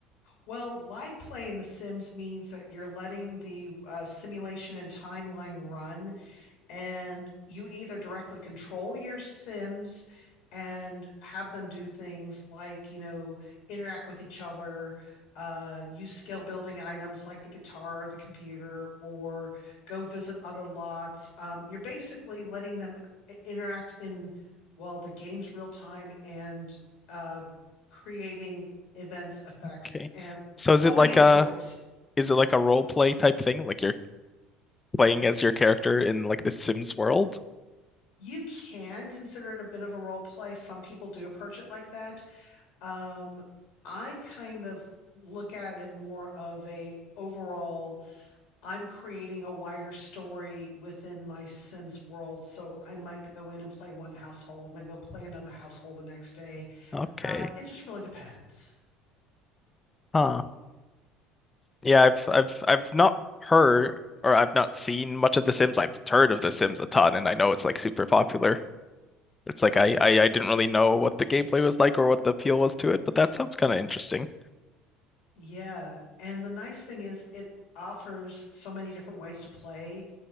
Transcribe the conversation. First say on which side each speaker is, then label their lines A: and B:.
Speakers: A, on the left; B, on the left.
A: Well, live play in The Sims means that you're letting the uh, simulation and timeline run and you either directly control your Sims and have them do things like, you know, interact with each other, uh, use skill building items like the guitar, the computer, or go visit other lots. Um, you're basically letting them i- interact in, well, the game's real time and uh, creating events, effects,
B: Okay.
A: and
B: So is
A: following
B: it like
A: a
B: a
A: stories.
B: Is it like a role play type thing? Like you're playing as your character in like the Sims world?
A: You can consider it a bit of a role play. Some people do approach it like that. Um, I kind of look at it more of a overall, I'm creating a wider story within my Sims world. So I might go in and play one household and then go play another household the next day.
B: Okay.
A: Uh, it just really depends.
B: Huh. Yeah, I've I've I've not heard or I've not seen much of The Sims. I've heard of The Sims a ton and I know it's like super popular. It's like I I, I didn't really know what the gameplay was like or what the appeal was to it, but that sounds kind of interesting.
A: Yeah. And the nice thing is it offers so many different ways to play.